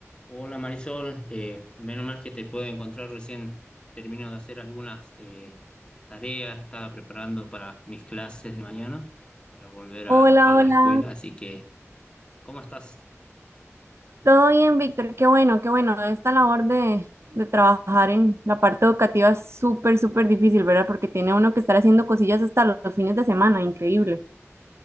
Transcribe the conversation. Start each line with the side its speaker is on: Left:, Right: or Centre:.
Left: Hola Marisol, Eh, menos mal que te puedo encontrar recién. Termino de hacer algunas eh, tareas, estaba preparando para mis clases de mañana, para volver
Right: Hola,
Left: a, a la
Right: hola.
Left: escuela, así que, ¿cómo estás?
Right: ¿Todo bien, Víctor? Qué bueno, qué bueno. Esta labor de, de trabajar en la parte educativa es súper, súper difícil, ¿verdad? Porque tiene uno que estar haciendo cosillas hasta los fines de semana, increíble.